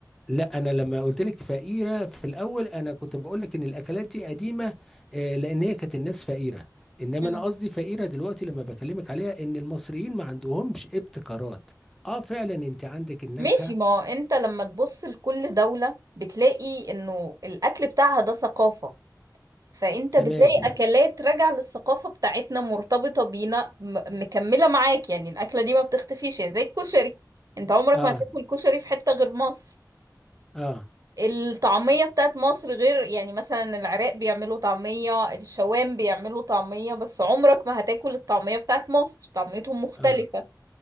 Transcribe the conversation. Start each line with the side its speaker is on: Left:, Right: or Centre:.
Centre: لا انا لما قلت لك فقيره في الاول انا كنت بقول لك ان الاكلات دي قديمه آه، لان هي كانت الناس فقيره انما
Right: مم.
Centre: انا قصدي فقيره دلوقتي لما بكلمك عليها ان المصريين ما عندهمش ابتكارات اه فعلا انت عندك النكهه
Right: ماشي ما هو انت لما تبص لكل دولة بتلاقي انه الاكل بتاعها ده ثقافة فانت
Centre: تمام
Right: بتلاقي اكلات راجعه للثقافه بتاعتنا مرتبطه بينا م- مكمله معاك يعني الاكله دي ما بتختفيش يعني زي الكشري انت عمرك
Centre: اه
Right: ما هتاكل كشري في حته غير مصر
Centre: اه
Right: الطعميه بتاعت مصر غير يعني مثلا العراق بيعملوا طعميه الشوام بيعملوا طعميه بس عمرك ما هتاكل الطعميه بتاعت مصر طعميتهم مختلفه
Centre: اه